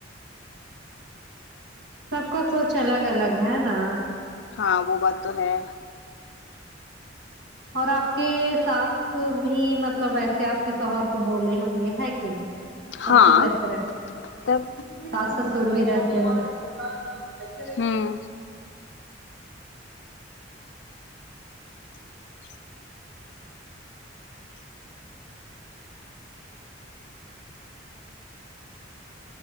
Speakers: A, on the right (about 65°); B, on the left (about 70°).
A: سب کا سوچ الگ الگ ہے نا
B: ہاں وہ بات تو ہے
A: اور آپ کے ساس ساسر بھی مطلب ویسے آپ کے شوہر بولے ہوں گے ہے کی نہیں تب
B: ہاں
A: تو ویسے رکھتے
B: تب
A: ساس ساسر بھی رہتے ہے
B: ہوں